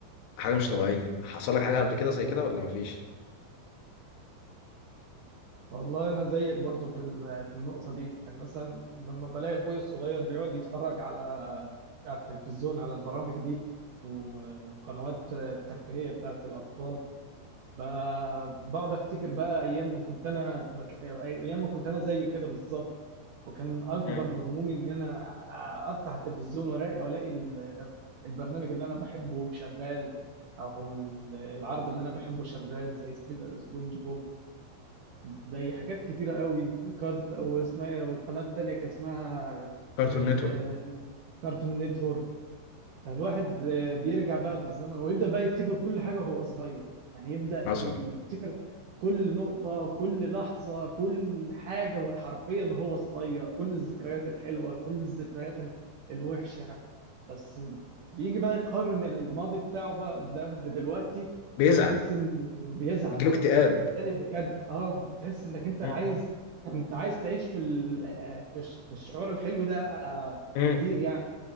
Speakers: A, on the left; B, on the right.
A: حاجه مش طبيعيه حصل لك حاجه قبل كده زي كده ولا مفيش
B: والله انا زيك برضو في ال- في النقطه دي يعني مثلا لما بلاقي اخوي الصغير بيقعد يتفرج على على التلفزيون على البرامج دي و- والقنوات الترفيهيه بتاعت الاطفال ب- بقعد افتكر بقى ايام ما كنت انا مك... ايام ما كنت انا زيه كده بالظبط وكان اكبر
A: مم.
B: همومي ان انا أ- افتح التلفزيون وألاقي- والاقي ال- البرنامج اللي انا بحبه شغال او ال- العرض اللي انا بحبه شغال زي سبي- سبونج بوب زي حاجات كتيرة قوي وكارت او اسمها ايه والقناة التانية كان اسمها
A: كارتون
B: كارت
A: نتورك
B: آه، كارتون نتورك فالواحد آه، بيرجع بقى بالزمن ويبدأ بقى يفتكر كل حاجة وهو صغير يعني يبدأ
A: حصل
B: يفتكر كل نقطة كل لحظة كل حاجة حرفيا وهو صغير كل الذكريات الحلوة كل الذكريات ال- الوحشة بس بيجي بقى يقارن الماضي بتاعه بقى ده بدلوقتي
A: بيزعل
B: بيحس ان بيزعل
A: بيجيله اكتئاب
B: بت- بتتضايق بجد اه بتحس انك انت
A: مم.
B: عايز انت عايز تعيش في ال- في الش- في الشعور الحلو ده آه،
A: مم.
B: كتير يعني